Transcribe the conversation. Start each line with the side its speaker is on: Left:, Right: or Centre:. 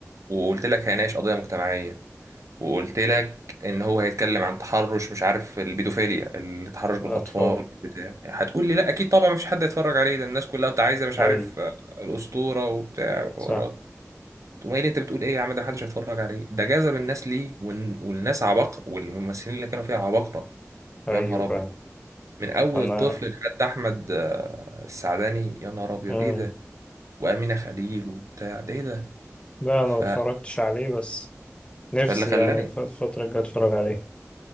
Right: وقلت لك هيناقش قضية مجتمعية وقلت لك ان هو هيتكلم عن تحرش مش عارف البيدوفيليا التحرش بالاطفال
Left: أطفال
Right: بتاع هتقول لي لا اكيد طبعا مفيش حد هيتفرج عليه ده الناس كلها بتاع عايزه مش
Left: أي
Right: عارف آه، الاسطوره وبتاع وحوارات
Left: صح
Right: تقوم قايل لي انت بتقول ايه يا عم ده محدش هيتفرج عليه ده جذب الناس ليه والن- والناس عباقرة والممثلين اللي كانوا فيها عباقرة
Left: أيوة
Right: يا نهار ابيض
Left: فعلا
Right: من اول
Left: أنا
Right: الطفل لحد احمد آه، السعداني يا نهار ابيض
Left: امم
Right: ايه ده وامينه خليل وبتاع ده ايه ده
Left: لا أنا
Right: ف...
Left: ما اتفرجتش عليه بس نفسي
Right: فاللي خلاني
Left: يعني الف- الفترة الجاية أتفرج عليه